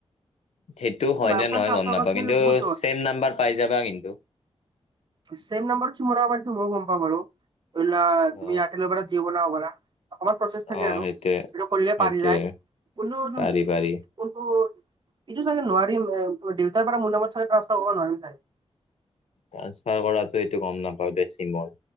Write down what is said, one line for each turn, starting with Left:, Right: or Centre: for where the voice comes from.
Left: সেইটো হয়
Right: নাম
Left: নে
Right: চাম
Left: নহয়
Right: ট্ৰান্সফাৰ
Left: গম নাপাওঁ
Right: কৰাটো
Left: কিন্তু,
Right: বহুত জট
Left: ছেম নাম্বাৰ পাই যাবা কিন্তু।
Right: চেম নম্বৰ চি, বনাব পাৰি মইয়ো গম পাওঁ বাৰু, ধৰি লোৱা
Left: অ
Right: তুমি ইয়াৰটেল বা জিঅ বনাব পাৰা। অকমান প্ৰচেছ থাকে
Left: অ
Right: আৰু
Left: সেইটোয়ে
Right: সটো কৰিলে,
Left: সেইটোয়ে
Right: পাৰি যায় কোনো
Left: পাৰি
Right: কিন্তু
Left: পাৰি
Right: এইটো চাগে নোৱাৰিম ভাই, দেউতাৰ পৰা মোৰ নামত চাগে ট্ৰান্সফাৰ কৰিব নোৱাৰিম চাগে।
Left: ট্ৰান্সফাৰ কৰাটো এইটো গম নাপাওঁ দেই চিমৰ,